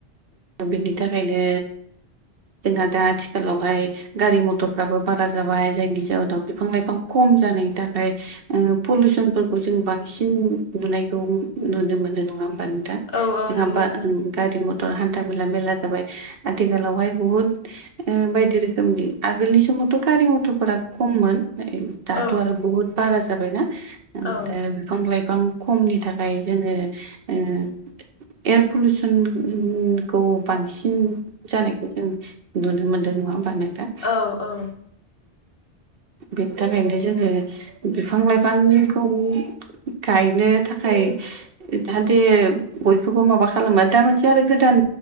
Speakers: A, on the right; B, on the left.
A: बिनि थाखायनो जोंहा दा आथिखालावहाय गारि मथरफ्राबो बारा जाबाय जायनि जाहोनाव बिफां लाइफां खम जानायनि थाखाय ओ पलिउसनफोरखौ जों बांसिन नुनायखौ नुनो मोनो नङा होमबा नों थां
B: औ औ
A: जोंहा
B: नंगौ नोंथां
A: गारि मथर हान्था मेला मेलला जाबाय आथिखालावहाय बुहुद बायदि रोखोमनि आगोलनि समावथ' गारि मथरफोरा खममोन। दाथ'
B: औ
A: आरो बहुत बारा जाबायना दा
B: औ
A: बिफां लाइफां खमनि थाखाय जोङो ओ एयार पलिउसन खौ बांसिन जानायखौ जों नुनो मोनदों नङा होमबा नोंथां।
B: औ औ
A: बिनि थाखायनो जोङो बिफां लाइफांखौ गायनो थाखाय जाहाथे बयखौबो माबा खालामो दा मोनसे आरो गोदान